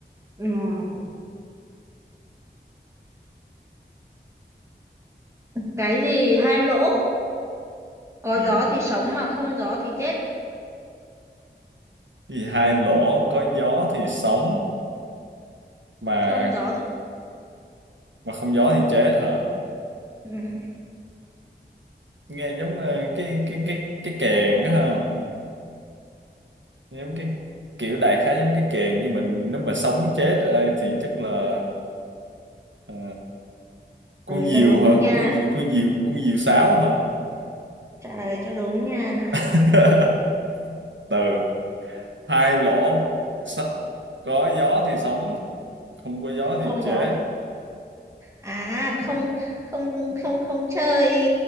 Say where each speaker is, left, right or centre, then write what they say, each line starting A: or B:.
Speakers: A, on the right; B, on the right.
A: Ừm, cái gì hai lỗ có
B: ừ.
A: gió thì sống mà không gió thì chết
B: Cái hai lỗ có gió thì sống mà
A: không gió thì
B: mà không gió thì chết hả
A: Ừm,
B: nghe giống ờ, cái cái cái cái kèn á ha giống cái kiểu đại khái giống cái kèn nhưng mình nếu mà sống chết ở đây thì chắc là ờ, con
A: trả lời
B: diều
A: cho đúng
B: hả
A: nha
B: con gì- con diều con diều sáo hả
A: trả lời cho đúng nha
B: <laughs> từ hai lỗ s- có gió thì sống không có gió
A: không
B: thì chết
A: gió à không không không không không chơi